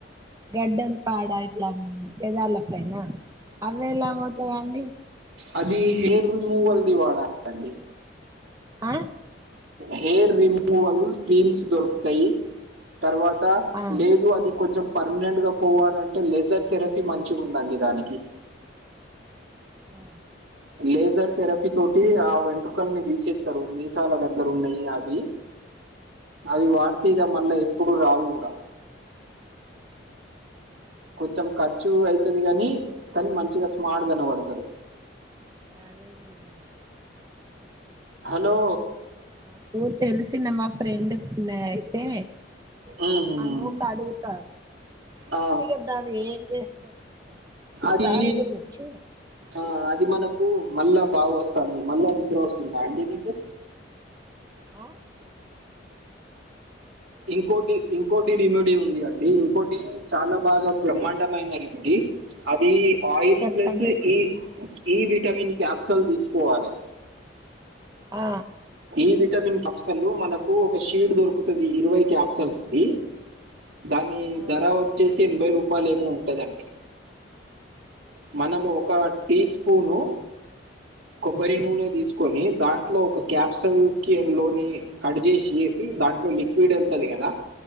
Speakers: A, on the right; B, on the right.
A: గడ్డన్ కాడా ఇట్లా పెదాల పైనా అవ్వి ఎలా అవుతాయండి
B: అదీ హెయిర్ రిమూవల్ ది వాడాలండి
A: ఆ
B: హేర్ రిమూవల్ క్రీమ్స్ దొరుకుతయి తర్వాత
A: ఆ
B: లేదు అది కొంచెం పర్మనెంట్ గా పోవాలంటే లేజర్ థెరపీ మంచిగుందండి దానికి
A: ఆ
B: లేజర్ థెరపి తోటీ ఆ వెంట్రుకల్ని దీసేత్తరు మీస్ చాలా దగ్గర ఉన్నాయి అవి అవి వాడితే ఇగ మళ్ళా ఎప్పుడు రావు గూడా కొంచెం ఖర్చు అయితది గానీ కానీ మంచిగా స్మార్ట్ గనవడతరు
A: అదే జెయ్యాలె
B: హలో
A: నాకూ తెలిసిన మా ఫ్రెండుక్ ఉన్నయ్ అయితే
B: ఉమ్,
A: ఆమో కడుగుతారు
B: ఆ
A: ఇగ దాన్ని ఏం జేస్తముగా <inaudible>
B: అది
A: దాని గురించి
B: ఆ అది మనకు మళ్ళా బాగా వస్తాంది మళ్ళా నిద్ర వస్తుందా అండి మీకు
A: అ
B: ఇంకోటి ఇన్ ఇంకోటి రిముడీ ఉంది అండి ఇంకోటి చాలా బాగా బ్రహ్మాండమైన రిముడీ అదీ ఆయిల్
A: చెప్పండి
B: ప్లస్ ఇ ఈ విటమిన్ క్యాప్సల్ దీసుకోవాలే
A: ఆ
B: ఈ విటమిన్ క్యాప్సల్లు మనకు ఒక షీట్ దొరుకుతది ఇరవై క్యాప్సల్స్ ది దానీ
A: అవును
B: ధర వచ్చేసి ఎనభై రూపాయలు ఏమో ఉంటదండి మనం
A: ఆ
B: ఒక టీ స్పూను కొబ్బరి నూనె తీసుకొని దాంట్లో ఒక క్యాప్సల్ కి లోని కట్ చేసి వేసి దాంట్లో లిక్విడ్ ఎళ్తది కదా